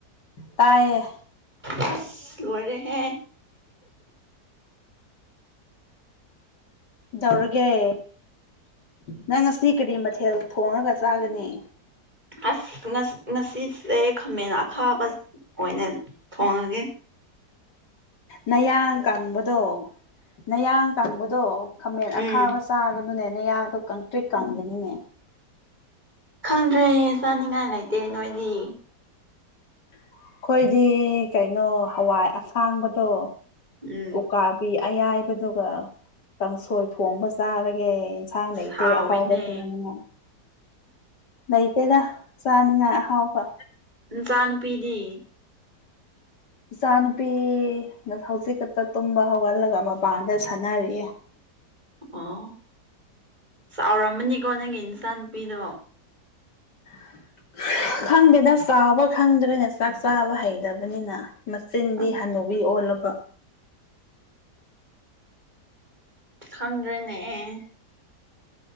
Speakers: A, on the left; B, on the right.
A: ꯇꯥꯏꯌꯦ
B: ꯑꯁ ꯂꯣꯏꯔꯦꯍꯦ
A: ꯇꯧꯔꯒꯦ ꯅꯪ ꯉꯁꯤ ꯀꯔꯤ ꯃꯊꯦꯜ ꯊꯣꯡꯉꯒ ꯆꯥꯒꯅꯤ
B: ꯑꯁ ꯉꯁꯤꯁꯦ ꯈꯥꯃꯦꯟ ꯑꯈꯥꯕ ꯑꯣꯏꯅ ꯊꯣꯡꯉꯒꯦ
A: ꯅꯌꯥ ꯀꯥꯡꯕꯗꯣ ꯅꯌꯥꯡ ꯀꯥꯡꯕꯗꯣ ꯈꯥꯃꯦꯟ
B: ꯎꯝ
A: ꯑꯈꯥꯕ ꯆꯥꯒꯅꯨꯅꯦꯅꯦꯌꯥꯗꯣ ꯀꯪꯇ꯭ꯔꯤꯠ ꯀꯪꯒꯅꯤꯅꯦ
B: ꯈꯪꯗ꯭ꯔꯦ ꯆꯥꯅꯤꯡꯉꯥꯏ ꯂꯩꯇꯦ ꯅꯣꯏꯗꯤ
A: ꯑꯩꯈꯣꯏꯗꯤ ꯀꯩꯅꯣ ꯍꯋꯥꯏ ꯑꯁꯥꯡꯕꯗꯣ
B: ꯎꯝ
A: ꯎꯀꯥꯕꯤ ꯑꯌꯥꯏꯕꯗꯨꯒ ꯀꯥꯡꯁꯣꯏ ꯊꯣꯡꯕ ꯆꯥꯔꯒ ꯑꯦ ꯏꯟꯁꯥꯡ ꯂꯩꯇꯦ
B: ꯍꯥꯎꯋꯦꯅꯦ
A: ꯑꯍꯥꯎꯕꯁꯤꯡꯅꯅꯤꯉ ꯂꯩꯇꯦꯗ ꯆꯥꯅꯤꯉꯥꯏ ꯑꯍꯥꯎꯕ
B: ꯆꯥꯟ ꯄꯅꯤ
A: ꯏꯆꯥ ꯅꯨꯨꯄꯤꯅ ꯍꯧꯖꯤꯛ ꯈꯛꯇ ꯇꯨꯝꯕ ꯍꯧꯒꯜꯂꯒ ꯃꯄꯥꯟꯗ ꯁꯥꯟꯅꯔꯤꯌꯦ <unintelligible>
B: ꯑꯣ ꯆꯥꯎꯔꯝꯃꯅꯤꯀꯣ ꯅꯪꯒꯤ ꯏꯟꯁꯥꯡ ꯅꯨꯄꯤꯗꯣ
A: <inaudible> ꯈꯪꯗꯦꯗ ꯆꯥꯎꯕ ꯈꯪꯗ꯭ꯔꯦꯅꯦ ꯆꯥꯛ ꯆꯥꯕ ꯍꯩꯇꯕꯅꯤꯅ ꯃꯆꯤꯟꯗꯤ
B: ꯑꯁ
A: ꯍꯅꯨꯕꯤ ꯑꯣꯜꯂꯕ
B: ꯈꯪꯗ꯭ꯔꯦꯅꯦ ꯑꯦ